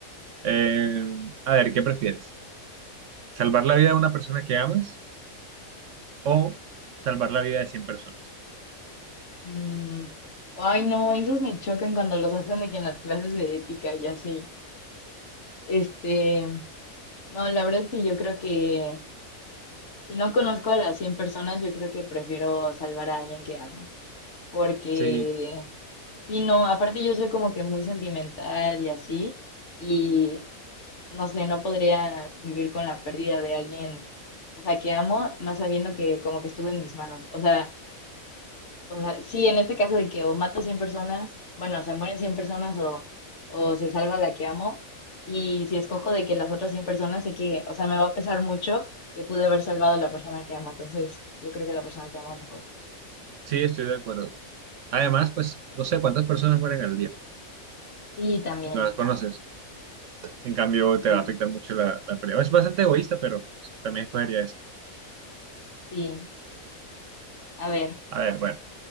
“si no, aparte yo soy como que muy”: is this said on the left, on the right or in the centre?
Left